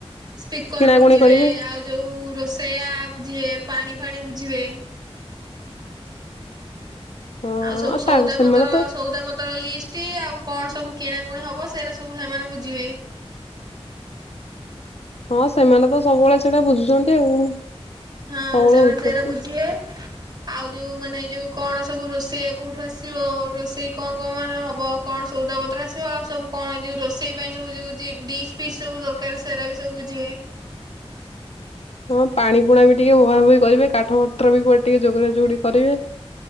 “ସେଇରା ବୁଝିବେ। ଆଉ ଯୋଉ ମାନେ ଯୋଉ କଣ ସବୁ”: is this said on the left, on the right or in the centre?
Right